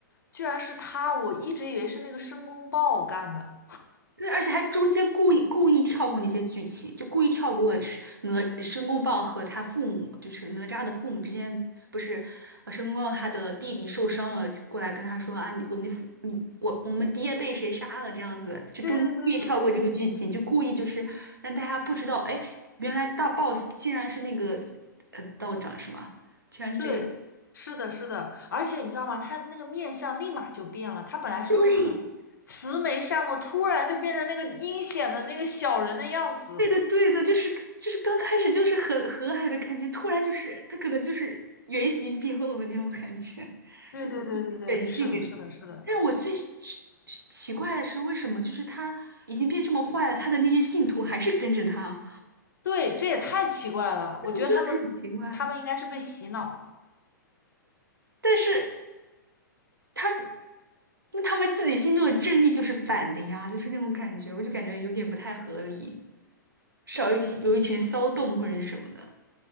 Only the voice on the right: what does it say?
对，而且还中间故意故意跳过那些剧情，就故意跳过是哪申公豹和他父母，就是哪吒的父母之间，不是，呃申公豹他的弟弟受伤了，过来跟他说啊，你我你父你我我们爹被谁杀了这样子，就中间故意跳过这个剧情，
就故意就是让大家不知道，哎，原来大 boss 竟然是那个呃道长是吗？竟然是这个，
对，
对的，对的，就是就是刚开始就是很和蔼的感觉，突然就是他可能就是原形毕露的那种感觉，
就把自己本性给。
但是我最是是奇怪的是，为什么就是他已经变这么坏了，他的那些信徒还是跟着他，
<laughs>
我觉得很奇怪。但是他那他们自己心中的正义就是反的呀，就是那种感觉，我就感觉有点不太合理，至少有一起有一群骚动或者是什么的。